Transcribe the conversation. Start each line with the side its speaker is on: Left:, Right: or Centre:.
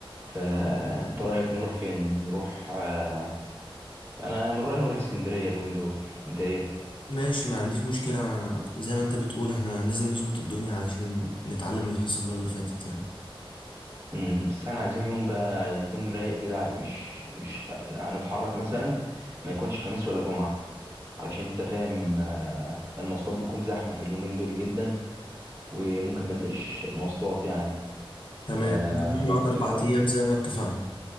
Right: فانت رايك نروح فين نروح آه، انا من رايي نروح اسكندريه اليومين دول انت ايه
Left: ماشي ما عنديش مشكله أنا زي ما انت بتقول احنا لازم نظبط الدنيا علشان نتعلم من اللي حصل المره اللي فاتت يعني
Right: امم بس احنا عايزين يوم بقى يكون رايق كده مش مش خ... هنتحرك مثلا ما يكونش خميس ولا جمعه علشان انت فاهم آه، المواصلات بتكون زحمه في اليومين دول جدا وممكن ما نلاقيش مواصلات يعني
Left: تمام
Right: آه،
Left: نروح
Right: فنتحرك
Left: نقعد اربع ايام
Right: مثلا
Left: زي ما اتفقنا